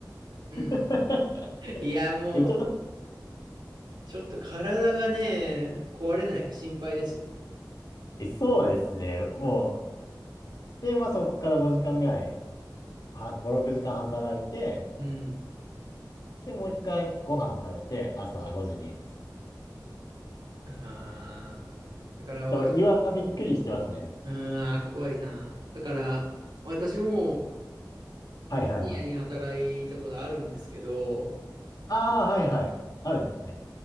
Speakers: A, on the left (about 60°); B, on the right (about 85°).
A: <laughs>
B: うん、いや、もう、
A: え、ちょっと、
B: ちょっと体がね、壊れないか心配ですね。
A: えそうですね。もう、で、まあそこから5時間ぐらい、は、5、6時間働いて、
B: うん。
A: で、もう一回ご飯食べて、朝5時に。
B: ああ。だから私も、
A: でも、胃はびっくりしてますね。
B: うーん、あー怖いな。だから、私も
A: はいはいはい。
B: 深夜に働いたことあるんですけど、
A: ああ、はいはい。あるんですね。